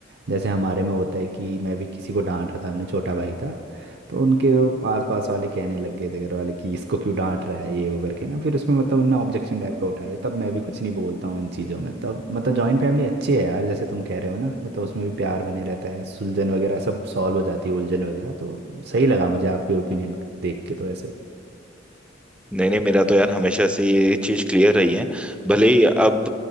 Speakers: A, on the right; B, in the centre.
A: जैसे हमारे में होता है कि मैं भी किसी को डांट रहा था अपने छोटा भाई था तो उनके वो आसपास वाले कहने लग गए थे घर वाले कि इसको क्यों डांट रहा है ये वो करके ना फिर उसमें मतलब उनने ऑब्जेक्शन टाइप का उठा लिया तब मैं भी कुछ नहीं बोलता हूँ इन चीज़ों में तब मतलब जॉइंट फैमिली अच्छी है यार जैसे तुम कह रहे हो ना मतलब उसमें भी प्यार बने रहता है सुलझन वगैरह सब सॉल्व हो जाती है उलझन वगैरह तो सही लगा मुझे आपके ओपिनियन देख के तो ऐसे
B: नहीं नहीं मेरा तो यार हमेशा से ये चीज क्लियर रही है भले ही अब